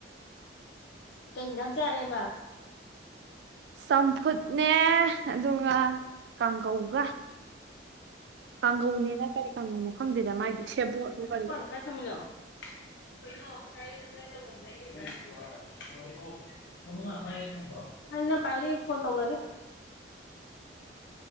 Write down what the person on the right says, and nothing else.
ꯆꯝꯐꯨꯠꯅꯦ ꯑꯗꯨꯒ ꯀꯥꯡꯉꯧꯒ ꯀꯥꯡꯒꯧꯅꯤꯅ ꯀꯔꯤ ꯀꯥꯡꯒꯧꯅꯣ ꯈꯪꯗꯦꯗ ꯃꯥꯏꯗꯨ ꯁꯦꯕꯣꯠꯂꯣ ꯀꯔꯤ